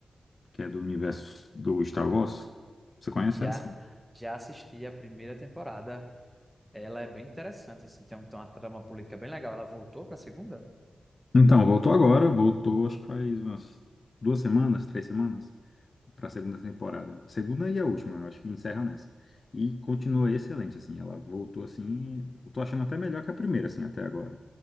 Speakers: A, on the left (about 40°); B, in the centre.
A: que é do universo do Star Wars. Você conhece
B: Já,
A: essa?
B: já assisti a primeira temporada. Ela é bem interessante, assim, tem um- tem uma trama política bem legal. Ela voltou para a segunda?
A: Então, voltou agora, voltou acho que faz umas duas semanas, três semanas. para a segunda temporada. Segunda e a última, eu acho que encerra nessa. E continua excelente, assim. Ela voltou assim. Eu tô achando até melhor que a primeira, assim, até agora.